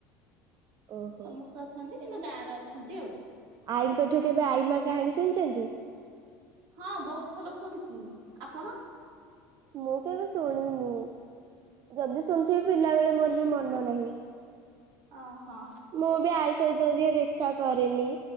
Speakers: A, on the right (about 50°); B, on the right (about 65°).
A: ଓହୋ।
B: ସମସ୍ତେ ଅଛନ୍ତି କିନ୍ତୁ ଗାଁରେ ଅଛନ୍ତି ଆଉ।
A: ଆଈଙ୍କଠୁ କେବେ ଆଈମା କାହାଣୀ ଶୁଣିଛନ୍ତି?
B: ହଁ ବହୁତ ଥର ଶୁଣିଛି ଆପଣ?
A: ମୁଁ କେବେ ଶୁଣିନି। ଯଦି ଶୁଣିଥିବି ପିଲାବେେଳେ ମୋର ବି ମନେ ନାହିଁ।
B: ଓ ହଁ।
A: ମୁଁ ବି ଆଇ ସହିତ ଦିଏ ଦେଖା କରିରେନି।